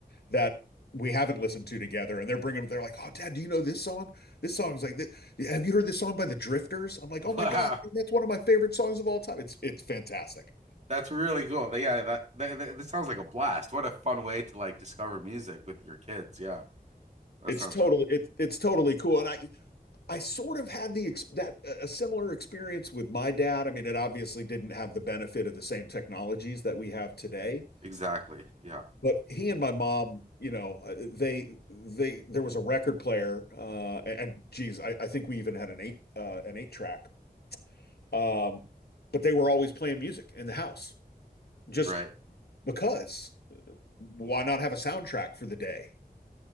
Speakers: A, on the left; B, on the right.
A: that we haven't listened to together and they're bringing they're like, "Oh, Dad, do you know this song? This song's like this. Have you heard this song by the Drifters?" I'm like, "Oh my
B: Wow.
A: God, that's one of my favorite songs of all time." It's it's fantastic.
B: That's really cool. Yeah, that, that, that sounds like a blast. What a fun way to like discover music with your kids. Yeah. That
A: It's
B: sounds
A: totally
B: r-
A: it's it's totally cool. And I I sort of had the ex- that uh, a similar experience with my dad. I mean, it obviously didn't have the benefit of the same technologies that we have today.
B: exactly. Yeah.
A: But he and my mom, you know, uh, they they there was a record player, uh, and, and geez, I, I think we even had an eight uh, an eight track. Um, but they were always playing music in the house, just
B: Right.
A: because. Why not have a soundtrack for the day?